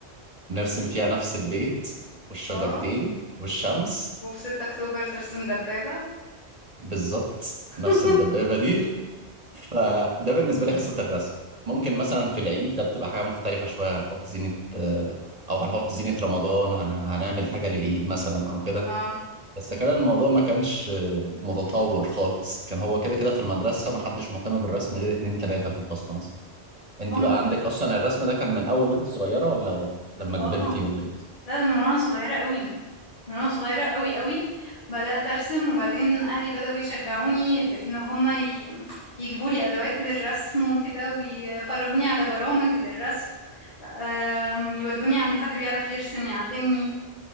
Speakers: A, on the right; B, on the left.
A: نرسم فيها نفس البيت والشجرتين
B: اه
A: والشمس
B: وفي 6 اكتوبر ترسم دبابة
A: وبالظبط
B: <laughs>
A: نفس الدبابة دي فده بالنسبة لي حصة الرسم ممكن مثلا في العيد ده بتبقى حاجة مختلفة شوية هنحط زينة آه، أو هنحط زينة رمضان هن... هنعمل حاجة للعيد مثلا أو كده
B: اه
A: بس كان الموضوع ما كانش آه، متطور خالص كان هو كده كده في المدرسة ما حدش مهتم بالرسم غير اتنين تلاتة في الفصل مثلا انت
B: ام
A: بقى عندك اصلا الرسم ده كان من اول وانت صغيرة ولا لما
B: اه
A: كبرتي ولا ايه
B: لا ده من وانا صغيرة قوي من وانا صغيرة قوي قوي بدأت ارسم وبعدين اهلي بدأوا يشجعوني بان هما ي... يجيبوا لي ادوات للرسم وكده ويفرجوني على برامج للرسم آم، يودوني عند حد بيعرف يرسم يعلمني